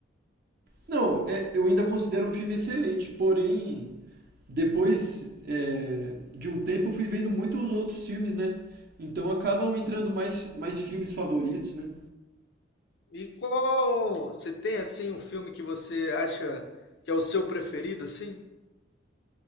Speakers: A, on the right; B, on the left.
A: Não, é- eu ainda considero um filme excelente, porém, depois é, de um tempo eu fui vendo muitos outros filmes, né? Então acabam entrando
B: Hum.
A: mais, mais filmes favoritos, né?
B: E qual, você tem assim um filme que você acha que é o seu preferido, assim?